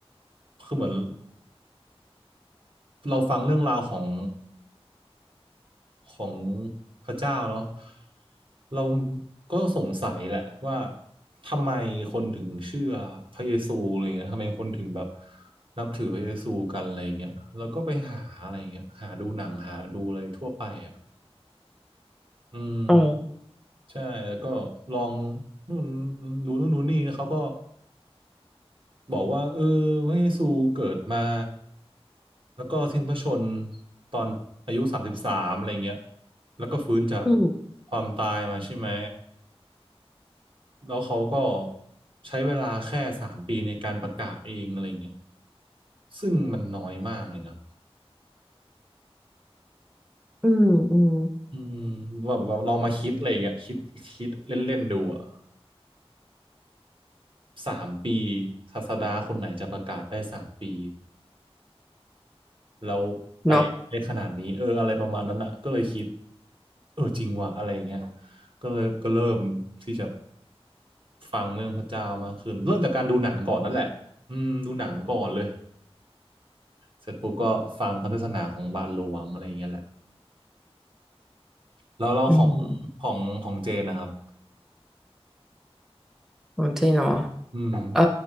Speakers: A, on the right; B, in the centre.
A: คือเหมือนเราฟังเรื่องราวของ ของพระเจ้าเนาะเราก็สงสัยแหละว่าทำไมคนถึงเชื่อพระเยซูอะไรเงี้ยทำไมคนถึงแบบนับถือพระเยซูกันอะไรเงี้ยแล้วก็ไปหาอะไรเงี้ยหาดูหนังหาดูอะไรทั่วไปอ่ะอืม
B: อ๋อ
A: ใช่แล้วก็ลองนู่นดูนู่นดูนี่เขาก็ บอกว่าเออพระเยซูเกิดมาแล้วก็สิ้นพระชนม์ตอนอายุสามสิบสามอะไรเงี้ยแล้วก็ฟื้นจาก
B: อืม
A: ความตายมาใช่ไหมแล้วเขาก็ใช้เวลาแค่สามปีในการประกาศเองอะไรเงี้ยซึ่งมันน้อยมากเลยนะ
B: อืมอืม
A: อืมแบบแบบลองมาคิดอะไรเงี้ยคิดคิดเล่นๆดูอ่ะสามปีศาสดาคนไหนจะประกาศได้สามปี แล้วไปได้ขนาดนี้เอออะไรประมาณนั้นอ่ะก็เลยคิด
B: เนาะ
A: เออจริงว่ะอะไรอย่างเงี้ยก็เลยก็เริ่มที่จะฟังเรื่องพระเจ้ามากขึ้นเริ่มจากการดูหนังก่อนนั่นแหละอืมดูหนังก่อนเลยเสร็จปุ๊บก็ฟังคำเทศนาของบาทหลวงอะไรอย่างเงี้ยแหละแล้วเราของของของเจนนะครับ
B: อืมของเจนเนาะ
A: อืม
B: เอ่อ